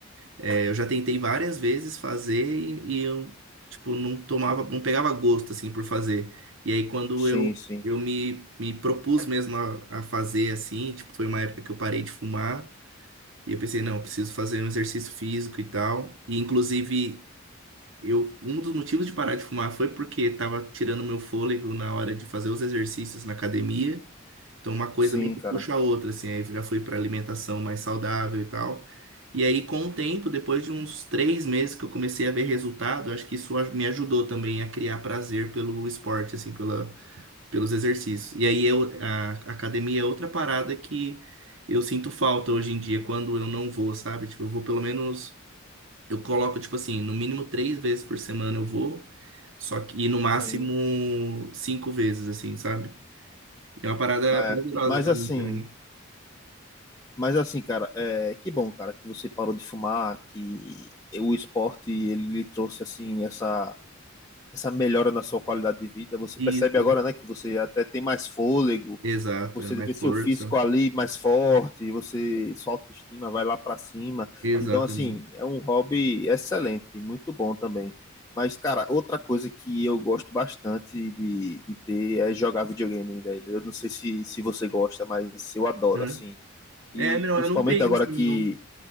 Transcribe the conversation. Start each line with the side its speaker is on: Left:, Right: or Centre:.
Right: É, eu já tentei várias vezes fazer e, e eu, tipo, não tomava, não pegava gosto, assim, por fazer. E aí, quando
Left: sim,
Right: eu,
Left: sim,
Right: eu me, me propus mesmo a, a fazer, assim, tipo, foi uma época que eu parei de fumar e eu pensei, não, eu preciso fazer um exercício físico e tal. E, inclusive, eu, um dos motivos de parar de fumar foi porque tava tirando meu fôlego na hora de fazer os exercícios na academia. Então, uma coisa
Left: sim,
Right: meio que
Left: cara,
Right: puxa a outra, assim. Aí eu já fui para alimentação mais saudável e tal. E aí, com o tempo, depois de uns três meses que eu comecei a ver resultado, acho que isso aj- me ajudou também a criar prazer pelo esporte, assim, pela, pelos exercícios. E aí, eu, a academia é outra parada que eu sinto falta hoje em dia quando eu não vou, sabe? Tipo, eu vou pelo menos. Eu coloco, tipo assim, no mínimo três vezes por semana eu vou, só que, e no máximo
Left: sim.
Right: cinco vezes, assim, sabe? E é uma parada
Left: É.
Right: prazerosa
Left: Mas
Right: pra
Left: assim,
Right: mim também.
Left: mas assim, cara, é, que bom, cara, que você parou de fumar, que o esporte ele lhe trouxe assim essa essa melhora na sua qualidade de vida. Você
Right: Isso,
Left: percebe agora,
Right: né?
Left: né, que você até tem mais fôlego,
Right: exato,
Left: você
Right: é mais
Left: vê seu
Right: força,
Left: físico ali mais forte, você sua autoestima vai lá para cima.
Right: exatamente.
Left: Então, assim, é um hobby excelente, muito bom também. Mas, cara, outra coisa que eu gosto bastante de, de ter é jogar videogame, velho. Eu não sei se, se você gosta, mas eu adoro,
Right: Aham.
Left: assim.
Right: É,
Left: E
Right: não,
Left: principalmente
Right: eu não tenho
Left: agora
Right: assim,
Left: que
Right: não.